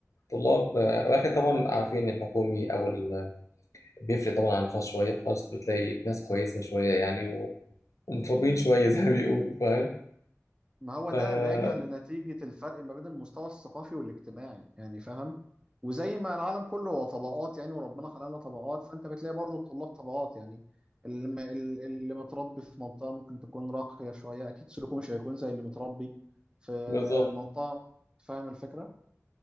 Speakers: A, on the left; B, on the right.
A: طلاب آه، ولكن طبعا عارفين الحكومي أو ال... بيفرق طبعا عن الخاص شوية الخاص بتلاقي ناس كويسة شوية يعني متربيين شوية زي ما بيقولوا فاهم
B: ما هو
A: ف-
B: ده راجع لنتيجة الفرق ما بين المستوى الثقافي والاجتماعي يعني فاهم وزي ما العالم كله هو طبقات يعني وربنا خلقنا طبقات فانت بتلاقي برضو الطلاب طبقات يعني اللي م- ال- اللي متربي في منطقة ممكن تكون راقية شوية اكيد سلوكه مش هيكون زي اللي متربي في
A: بالظبط
B: منطقة فاهم الفكرة